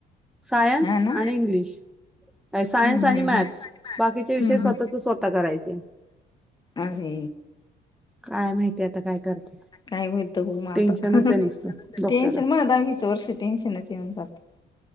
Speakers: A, in the centre; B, on the left (about 25°).
A: सायन्स
B: हा ना
A: आणि इंग्लिश सायन्स
B: हम्म हम्म
A: आणि मॅथ्स
B: हम्म
A: बाकीचे विषय
B: हम्म,
A: स्वतःच
B: हम्म.
A: स्वतः करायचे.
B: अरे!
A: काय माहिती आता काय करतात.
B: काय होयतमग आता,
A: टेन्शनच
B: काय होतंय
A: आहे नुसतं
B: म आता
A: डोक्याला.
B: टेन्शन म दहावीच वर्ष टेन्शनचं. <unintelligible>